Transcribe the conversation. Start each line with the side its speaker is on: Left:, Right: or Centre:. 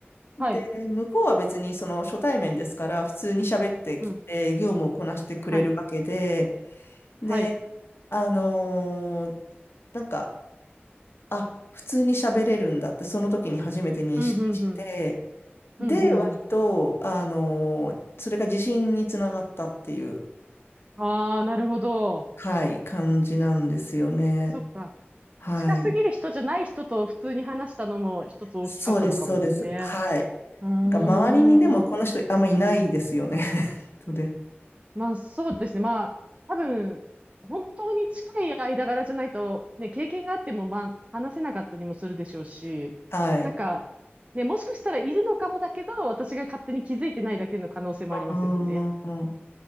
Left: で、
Right: はい。
Left: 向こうは別にその初対面ですから普通に喋ってきて業務をこなしてくれるわけで、
Right: うん。はい。
Left: で、
Right: はい。
Left: あのーなんか、あ、普通に喋れるんだってその時に初めて認識して、
Right: うん、うん、うん。
Left: で、
Right: うん、うん、
Left: 割と、
Right: うん。
Left: あの、それが自信につながったっていう、
Right: ああ、なるほど。
Left: はい、感じなんですよね。
Right: そっか。
Left: はい。
Right: 近すぎる人じゃない人と普通に話したのも一つ大きかったのかもですね。
Left: そうです、そうです。はい。
Right: うー
Left: なんか周りにでもこの人あんまいないですよね。
Right: ん。
Left: <laughs> とで。
Right: まあそうですね。まあ多分、本当に近い間柄じゃないと、ね、経験があってもまあ話せなかったりもするでしょうし、
Left: はい。
Right: なんか、ね、もしかしたらいるのかもだけど、私が勝手に気づいてないだけの可能性もありますよね。
Left: うーん。